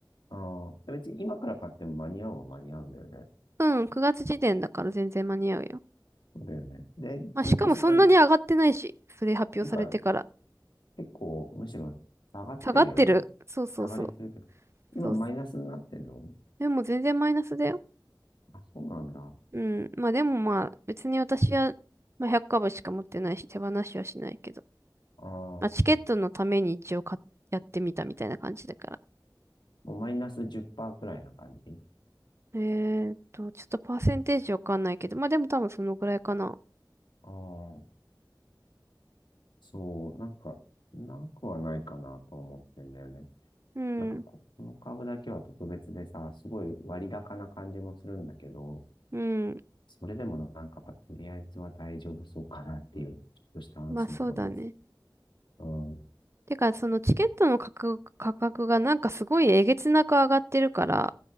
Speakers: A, on the left; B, on the right.
A: ああ、別に今から買っても間に合うは間に合うんだよね。
B: うん、9月時点だから全然間に合うよ。
A: そうだよね。で、
B: まあ、
A: ずっと下がり、
B: しかもそんなに上がってないし、
A: っ
B: それ発表されてから。
A: ていうか、結構、むしろ下がってるよね。
B: 下がってる。そうそうそう。
A: 下がり続けてる。今マイナスになってんの
B: そう。でも全然マイナスだよ。
A: あ、そうなんだ。あ
B: うん。まあでもまあ、別に私は、まあ、100株しか持ってないし、手放しはしないけど。
A: あ、
B: まあ、チケットのために一応買っやってみたみたいな感じだから。
A: もうマイナス10%くらいな感じ。
B: えーっと、ちょっとパーセンテージわかんないけど、まあでも多分そのぐらいかな。
A: ああ。そう、なんか、なくはないかなと思ってんだよね。
B: うん、
A: なんかこ、この株だけは特別でさ、すごい割高な感じもするんだけど、
B: うん。
A: それでもなんか、とりあえずは大丈夫そうかなっていう、ちょっとした安心感も。
B: まあそうだね。
A: うん、
B: てか、そのチケットの価格、価格がなんかすごいえげつなく上がってるから、